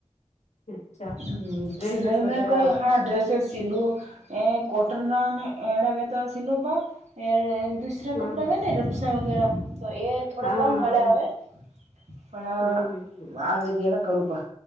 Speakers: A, on the left; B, on the right.
A: અચ્છા
B: હમ્મ,
A: ડ્રેસીસ
B: સિલાઈ
A: વગેરે
B: મેં કોઈ હા ડ્રેસિસ સાલું એ કોટન ના ને એના <unintelligible> દુસરા
A: હા
B: કપડા હોય ને રબસા વગેરા તો એ થોડા
A: હા
B: કમ <unintelligible> આવે
A: હા
B: પણ
A: હમ હમ હમ
B: આવે જ્યારે કરું પા.